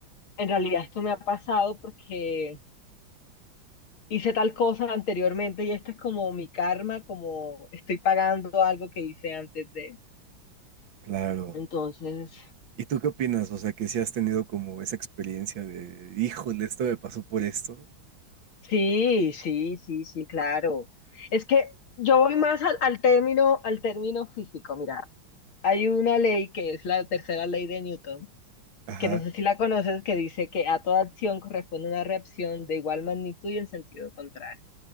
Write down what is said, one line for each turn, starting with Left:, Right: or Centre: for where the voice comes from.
Left: en realidad esto me ha pasado porque hice tal cosa anteriormente y este es como mi karma, como estoy pagando algo que hice antes de...
Right: claro.
Left: Entonces...
Right: ¿Y tú qué opinas? O sea, que si has tenido como esa experiencia de, híjole, esto me pasó por esto.
Left: Sí, sí, sí, sí, claro. Es que yo voy más al, al término, al término físico. Mira, hay una ley que es la tercera ley de Newton,
Right: Ajá.
Left: que no sé si la conoces, que dice que a toda acción corresponde una reacción de igual magnitud y en sentido contrario.